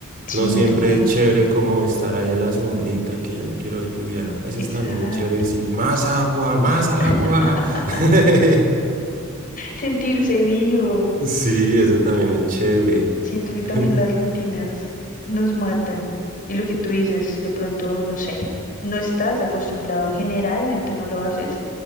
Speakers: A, on the left; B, on the right.
A: Sin
B: No siempre
A: duda.
B: es chévere como estar ahí en la sombrita y que ya no quiero lluvia, ¿no? A veces
A: Exacto.
B: también es chévere decir, más agua, más agua.
A: <laughs>
B: <laughs>
A: Sentirse vivo.
B: Sí, eso también es chévere,
A: Siento que también
B: <laughs>
A: las rutinas nos matan. Y lo que tú dices, de pronto, no sé, no estás acostumbrado, generalmente no lo haces,